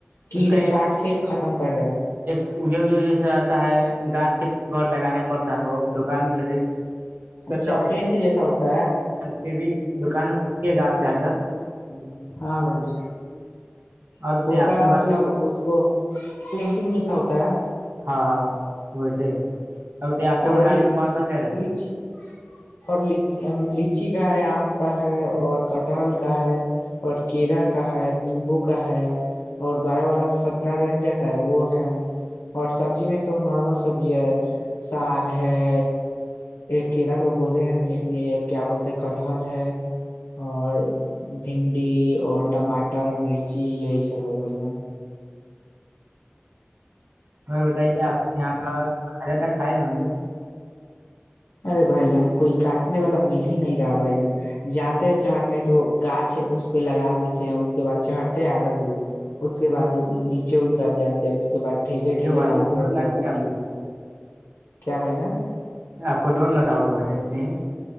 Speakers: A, on the left; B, on the right.
A: کیڑے
B: اس
A: کاٹ کے ختم کر رہے ہیں
B: اےج جیسا رہتا ہے گاس کے پ لگانے پڑتا ہے ہو دکان میں لٹے اس دو
A: اچھا پینٹ جیسا ہوتا ہے
B: پھر بھی دکان میں پوچیے گا آپ جا کے گ
A: ہاں بھ ج
B: اور بتائیے
A: ہوتا
B: آپ کے
A: ہے
B: بغ
A: مطلب اس کو مٹنگ جیسا ہوتا ہے
B: ہاں ہاں وہ صحی ہوتا ہے بتائیے آپ کے
A: اور
B: بغانے میں کون سا پیڑ ہے
A: لچی اور لچی ہے آم کا ہے اور کٹہل کا ہے اور کیرا کا ہے نیمبو کا ہے اور بارا والا سنترا رن جاتا ہے وہ ہے اور سبزی میں تو نارمل سبزی ہے ساگ ہے کیرلاا تو بولے لیکن یہ کیا بولتے کٹہحل ہے اور بھنڈی اور ٹماٹر مرچی یہی سب ہے بھائی بان
B: وہ بیٹ اپ یہاں تو کھا جات تھا کھائے ہوں گے
A: ارے بھائی جان کوئی کاٹنے والا مل ہی نہیں رہا بھائی جن جاتے ہیں چڑھنے تو گاچ اس پہ لگا لیتے ہیں اس کے بعد چڑھتے ہیں آدا دور اس کے بعد نیچے اتر جاتے اس کے بعد ڈھیلے
B: کیوں
A: ڈھیلے
B: بھائی
A: مارتے
B: ڈور
A: رہئے توب
B: لگا
A: بھی نہیں گرتا کیا بھائی جان
B: آپ کو ڈور لاؤ ہوگا بھجن نہیں